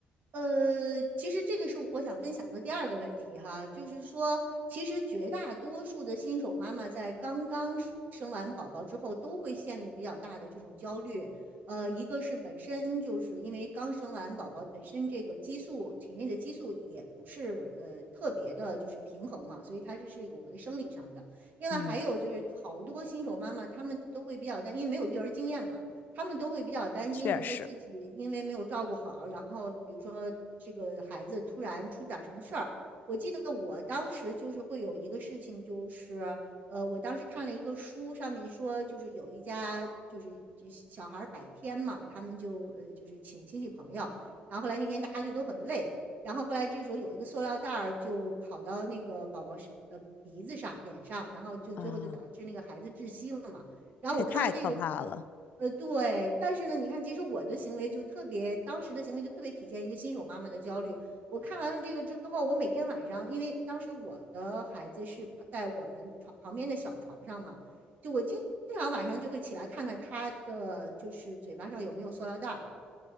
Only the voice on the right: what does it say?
呃，其实这个是我想分享的第二个问题哈，就是说，其实绝大多数的新手妈妈在刚刚生完宝宝之后，都会陷入比较大的这种焦虑。呃，一个是本身就是因为刚生完宝宝，本身这个激素体内的激素也不是呃特别的，就是平衡嘛，所以它这是有个生理上的。另外还有就是好多新手妈妈她们都会比较担心，
因为没有育儿经验嘛，他们都会比较担心，
就是说自己因为没有照顾好，然后比如说这个孩子突然出点什么事儿。我记得我当时就是会有一个事情，就是呃，我当时看了一个书，上面说就是有一家就是就小孩百天嘛，他们就呃就是请亲戚朋友，然后后来那天大家就都很累，然后后来这时候有一个塑料袋儿就跑到那个宝宝的鼻子上、脸上，然后就最后就导致那个孩子窒息了嘛。
然后我看完这个
呃，对，但是呢，你看，其实我的行为就特别，当时的行为就特别体现一个新手妈妈的焦虑。我看完了这个之后，我每天晚上，因为当时我的孩子是在我们床旁边的小床上嘛，就我经常晚上就会起来看看他的就是嘴巴上有没有塑料袋儿，